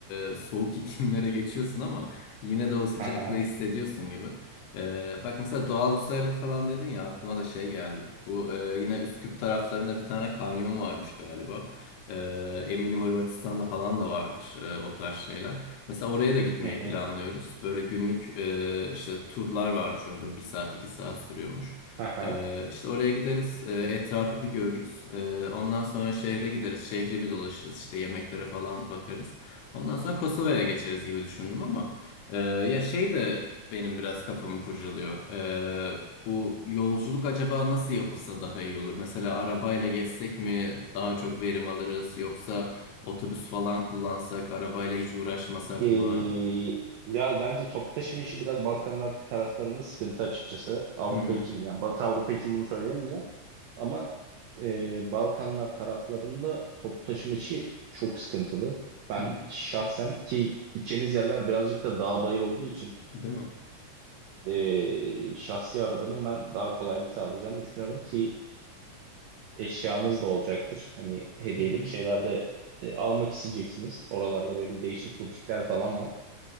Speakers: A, on the left; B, on the right.
A: e, soğuk <laughs> iklimlere geçiyorsun ama yine de o sıcaklığı
B: Aha.
A: hissediyorsun gibi Ee, bak mesela doğal güzellik falan dedin ya aklıma da şey geldi bu e, yine Üsküp taraflarında bir tane kanyon varmış galiba Ee, eminim Hırvatistan'da falan da vardır e, o tarz şeyler. Mesela oraya da gitmeyi
B: Hı hı.
A: planlıyoruz. Böyle günlük e, işte turlar varmış orada. Bir saat, iki saat sürüyormuş.
B: Aha.
A: E, işte oraya gideriz. e, etrafı bir görürüz. E, ondan sonra şehre gideriz. Şehri bir dolaşırız. İşte yemeklere falan bakarız. Ondan sonra Kosova'ya geçeriz gibi düşündüm ama e, ya şey de benim biraz kafamı kurcalıyor. E, bu yolculuk acaba nasıl yapılsa daha iyi olur? Mesela arabayla gezsek mi daha çok verim alırız yoksa Otobüs falan kullansak, arabayla hiç uğraşmasak
B: Ee,
A: mı?
B: ya bence toplu taşıma işi biraz Balkanlar taraflarında sıkıntı açıkçası. Avrupa
A: Hı hı.
B: için yani Batı Avrupa için bunu söyleyemeyeceğim. Ama e, Balkanlar taraflarında toplu taşıma işi çok sıkıntılı. Ben
A: hı hı.
B: şahsen ki gideceğiniz yerler birazcık da dağ bayır olduğu için
A: Değil mi?
B: e, şahsi arabanın ben daha kolaylık sağlayacağını düşünüyorum ki eşyanız da olacaktır. Hani hediyelik
A: Hı hı.
B: şeyler de e, almak isteyeceksiniz. Oralarda böyle değişik butikler falan var.